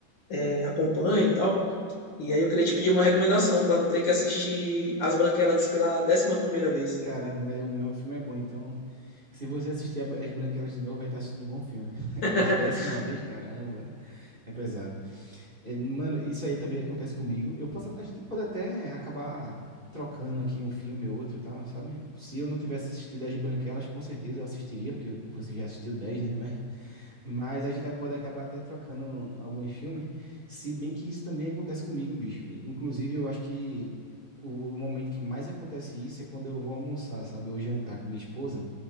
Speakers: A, on the left; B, on the right.
A: é, acompanha e tal, e aí eu queria te pedir uma recomendação pra não ter que assistir As Branquelas pela décima primeira vez.
B: Caramba, mas o meu filme é bom, então. Se você assistir a- As Branquelas de novo, vai estar assistindo um bom filme. <laughs> Agora,
A: <laughs>
B: décima vez, caramba, é pesado. É, mano, isso aí também acontece comigo. Eu posso, até- a gente pode até acabar trocando aqui um filme ou outro, e tal, sabe? Se eu não tivesse assistido As Branquelas, com certeza eu assistiria, porque você já assistiu 10, né? Mas a gente pode acabar até trocando alguns filmes, se bem que isso também acontece comigo, bicho. Inclusive, eu acho que o, o momento que mais acontece isso é quando eu vou almoçar, sabe? Ou jantar com minha esposa.